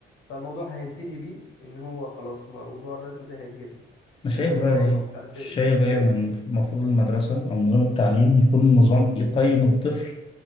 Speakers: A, on the left; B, on the left.
A: فالموضوع هينتهي بيه ان هو خلاص موضوع الرسم ده هيتقفل
B: انا
A: لان
B: شايف
A: في
B: بقى
A: دراسه
B: ايه
A: ومش عارف
B: شايف
A: ايه
B: بقى
A: ايه
B: ان المف- المفروض المدرسه او نظام التعليم يكون نظام يقيم الطفل